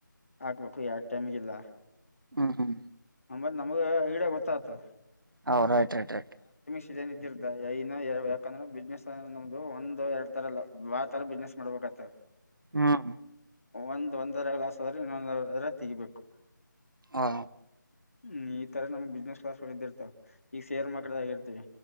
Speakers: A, on the left; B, on the right.
A: ಹಾಕ್ಬೇಕು ಯಾವ ಟೈಮಿಗೆಲ್ಲ
B: ಹ ಹ್ಮ
A: ನಮ್ಗ ಈಡ ಗೊತ್ತಾಗ್ತದೆ
B: ಹ ರೈಟ್ ರೈಟ್ ರೈಟ್
A: ನ್ ಇದಿರ್ತ ಯಾಕಂದ್ರೆ ಬಿಸ್ನೆಸ್ ನಮ್ದು ಒಂದು ಎರಡು ರಲ್ಲ ಯಾವತರ ಬಿಸ್ನೆಸ್ ಮಾಡ್ಬೇಕಾಗತ್ತದೆ
B: ಹ್ಮ್
A: ಒಂದ್ ಒಂದರ ಗ್ಲಾಸ್ ಆದ್ರೆ ಇನ್ನೊಂದ ಅದ್ರ ತೆಗಿಬೇಕು
B: ಹಾ
A: ಹ್ಮ್ ಈ ತರ ನಮ್ಗ್ ಬಿಸ್ನೆಸ್ ಕ್ಲಾಸ್ ಇದಿರ್ತಾವ ಈಗ ಸೇರ್ ಮಾರ್ಕಡ ಆಗಿರ್ತವಿ